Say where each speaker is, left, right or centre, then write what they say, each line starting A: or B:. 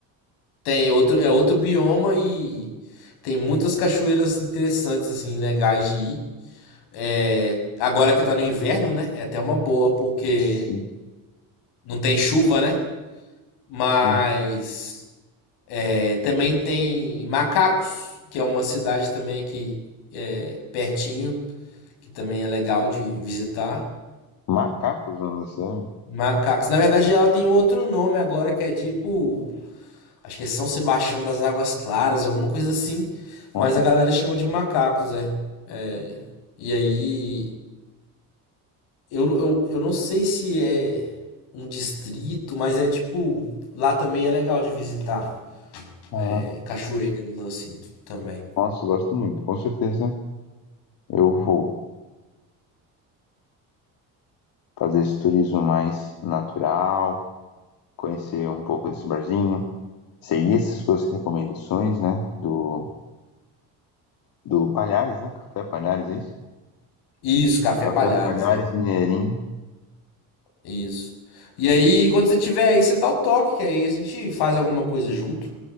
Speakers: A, on the left; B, on the left.
A: tem outro é outro bioma e tem muitas cachoeiras interessantes assim, legais de ir. É, agora que tá no inverno, né? É até uma boa, porque
B: Sim,
A: não tem chuva, né? Mas
B: sim.
A: é, também tem Macacos, que é uma cidade também que é pertinho, que também é legal de visitar.
B: Macacos na cidade?
A: Macacos. Na verdade, ela tem outro nome agora que é tipo, acho que é São Sebastião das Águas Claras, alguma coisa assim.
B: Olha,
A: Mas a galera chama de Macacos, né? É, e aí, eu, eu, eu não sei se é um distrito, mas é tipo, lá também é legal de visitar.
B: ah,
A: É, Cachoeiras, assim, também.
B: nossa, eu gosto muito. Com certeza eu vou fazer esse turismo mais natural, conhecer um pouco desse barzinho, seguir essas suas recomendações, né? Do, do Palhares, né? Café Palhares, é isso?
A: Isso, Café
B: Café
A: Palhares,
B: Palhares,
A: é.
B: Mineirinho.
A: Isso. E aí, quando você tiver aí, você dá o toque, que aí a gente faz alguma coisa junto.